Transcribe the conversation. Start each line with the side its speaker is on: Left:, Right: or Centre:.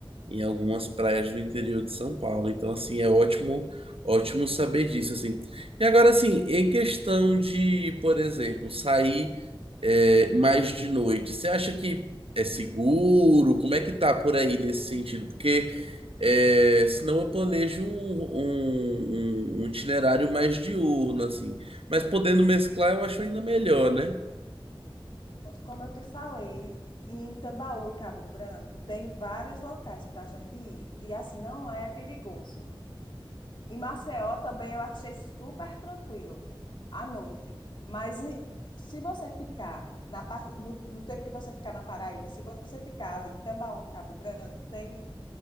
Right: em algumas praias do interior de São Paulo. Então, assim, é ótimo, ótimo saber disso, assim. E agora, assim, em questão de, por exemplo, sair é, mais de noite, você acha que é seguro? Como é que tá por aí nesse sentido? Porque é, senão eu planejo um, um, um- um itinerário mais diurno, assim. Mas podendo mesclar, eu acho ainda melhor, né?
Left: Pronto, Como eu te falei, em Tambaú e Cabo Branco tem vários locais para a gente ir e assim não é perigoso. Em Maceió também eu achei super tranquilo à noite. Mas em- se você ficar na parte, no, no tempo que você ficar na Paraíba, se você ficar ali em Tambaú, e Cabo Branco, tem